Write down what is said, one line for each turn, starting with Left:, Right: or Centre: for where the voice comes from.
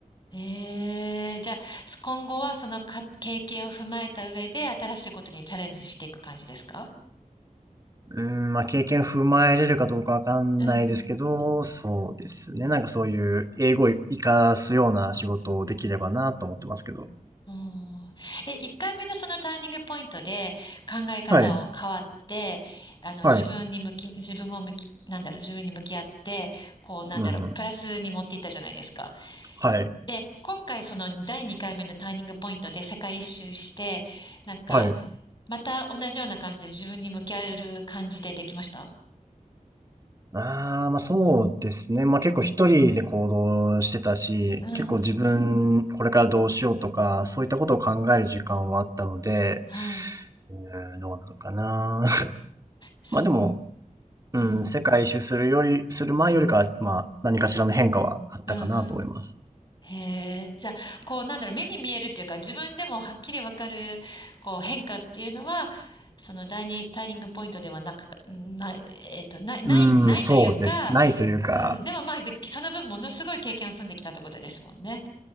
Left: ええ、じゃあ、今後はそのか経験を踏まえた上で新しいことにチャレンジしていく感じですか
Right: うん、まあ、経験踏まえれるかどうかわかんないですけど、
Left: うん
Right: そうですね。なんかそういう英語を活かすような仕事をできればなと思ってますけど。
Left: おーえ、1回目のそのターニングポイントで考え方を変わって、
Right: はい、
Left: あの、自分に向き、
Right: はい、
Left: 自分を向き、なんだろう、自分に向き合って、こう、なんだろう、
Right: うん、
Left: プラスに持っていったじゃないですか。
Right: はい、
Left: で、今回その第2回目のターニングポイントで世界一周して、なんか、
Right: はい。
Left: また同じような感じで自分に向き合える感じでできました
Right: ああ、まあそうですね。まあ結構一人で行動してたし、
Left: うん。
Right: 結構自分これからどうしようとか、そういったことを考える時間はあったので、
Left: はい。
Right: うん、どうなのかな。<laughs>
Left: そう、
Right: まあでも、うん、
Left: うん
Right: 世界一周するより、する前よりかは、まあ、何かしらの変化はあったかなと思います。
Left: うん。うんへえ。じゃあ、こう、なんだろう、目に見えるっていうか、自分でもはっきりわかる、こう、変化っていうのは、その第二ターニングポイントではなく、ない、えっと、ない、ない、
Right: うん、
Left: ないというか、
Right: そうです。ないというか、
Left: うん、でもまあ、でその分ものすごい経験を積んできたってことですもんね。